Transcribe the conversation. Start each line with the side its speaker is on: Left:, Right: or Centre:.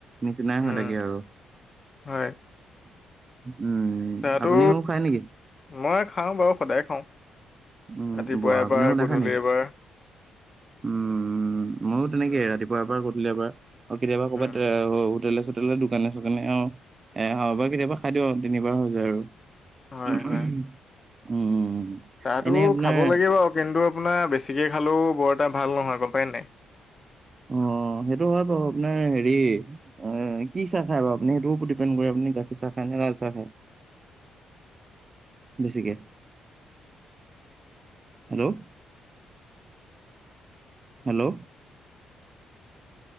Right: নিচিনাই
Left: উম
Right: হৈ থাকে কে আৰু।
Left: হয়
Right: উম,
Left: চাহটো
Right: আপুনিও খায় নেকি?
Left: মই খাওঁ বাৰু সদায় খাওঁ।
Right: উম,
Left: ৰাতিপুৱা
Right: বোৱা
Left: এবাৰ
Right: আপুনিও সদায়
Left: গধূলি
Right: খায় নি?
Left: এবাৰ
Right: উম, ময়ো তেনেকে
Left: উম
Right: ৰাতিপুৱা এবাৰ গধূলি এবাৰ আৰু কেতিয়াবা
Left: উম
Right: ক'ৰবাত এ হোটেল লে দোকানে চোকানে অ' এ আৰু এবাৰ কেতিয়াবা খাই দিও তিনিবাৰ হৈ যায় আৰু।
Left: হয়
Right: উম,
Left: হয়
Right: উম।
Left: চাহটো
Right: এনেই আপোনাৰ
Left: খাব লাগে বাৰু, কিন্তু আপোনাৰ বেছিকৈ খালেওঁ বৰ এটা ভাল নহয় গ'ম পায় নাই?
Right: অ' সেইটো হয় বাৰু আপোনাৰ হেৰি অ' এ কি চাহ খাই বাৰু আপুনি সেইটোৰ ওপৰত ডিপেণ্ড কৰে, আপুনি গাখীৰ চাহ খায় নে লাল চাহ খায়?
Left: উ
Right: বেছিকে। হেল্ল'? হেল্ল'?